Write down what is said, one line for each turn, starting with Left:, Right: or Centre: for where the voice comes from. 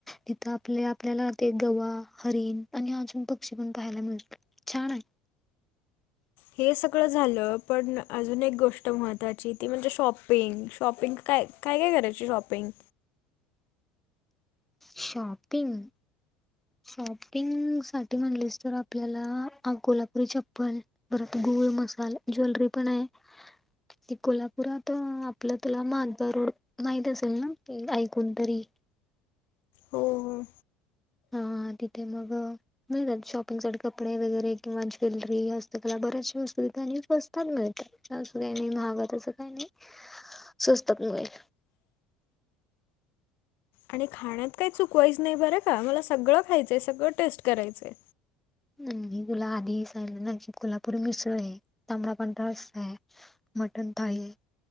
Centre: तिथं आपल आपल्याला ते गवा, हरीण आणि अजून पक्षी पण पाहायला मिळतात. छान ए.
Left: हे सगळं झालं- पण अजून एक गोष्ट महत्त्वाची ए. ती म्हणजे शॉपिंग शॉपिंग काय? काय काय करायची शॉपिंग?
Centre: शॉपिंग? शॉपिंग साठी म्हणलेस तर आपल्याला अ कोल्हापुरी चप्पल- परत गुळ मसाल, ज्वेलरी पण आहे. ते कोल्हापुरात आपलं तला माधवा रोड- माहीत असेल ना ऐकून तरी?
Left: हो हो.
Centre: हा. तिथे मग- <unintelligible> कपडे वगैरे किंवा ज्वेलरी हस्तकला बऱ्याचशा वस्तू इथे आणि स्वस्त मिळतात. असं काही नाही महाग तसं काही नाही. स्वस्त पण मिळेल.
Left: आणि खाण्यात काही चुकवायचं नाही बरं का. मला सगळं खायचंय सगळं टेस्ट करायचंय.
Centre: आणि तुला आधी सांगलं ना की? कोल्हापुरी मिसळ आहे. तांबडा पांढरा रस्सा आहे. मटन थाळी,